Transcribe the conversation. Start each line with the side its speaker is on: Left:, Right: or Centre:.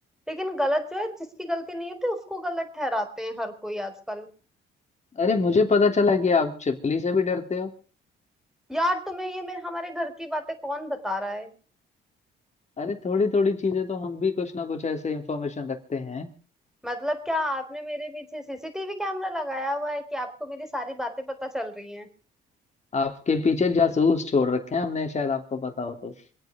Centre: लेकिन गलत जो है जिसकी गलती नहीं होती उसको गलत ठहराते हैं हर कोई आजकल
Left: अरे मुझे पता चला कि आप छिपकली से भी डरते हो
Centre: यार तुम्हें ये मेरे हमारे घर की बातें कौन बता रहा है
Left: अरे थोड़ी थोड़ी चीजें तो हम भी कुछ ना कुछ ऐसे इंफॉर्मेशन रखते हैं
Centre: मतलब क्या आपने मेरे पीछे सीसीटीवी कैमरा लगाया हुआ है कि आपको मेरी सारी बातें पता चल रही हैं
Left: आपके पीछे जासूस छोड़ रखे हैं हमने शायद आपको पता हो तो